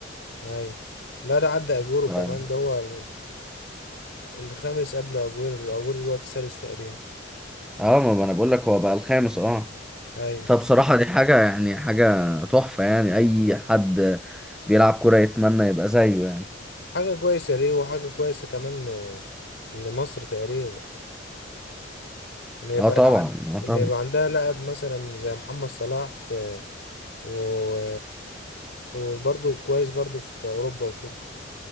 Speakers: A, on the left; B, in the centre.
A: أيوة لا ده عدى أجورو
B: ف-
A: كمان ده هو ال- الخامس قبل أجويرو أجويرو دلوقتي السادس تقريبا
B: اه ما ما انا بقول لك هو بقى الخامس اه
A: أيوة
B: فبصراحة دي حاجة يعني حاجة تحفة يعني أي حد بيلعب كورة يتمنى يبقى زيه يعني
A: حاجة كويسة ليه وحاجة كويسة كمان آه، لمصر تقريبا ان يبقى
B: اه طبعا
A: لا عند
B: اه
A: ان
B: طبعا
A: يبقى عندها لاعب مثلا زي محمد صلاح في و... وبرضه كويس برضه في اوروبا وكده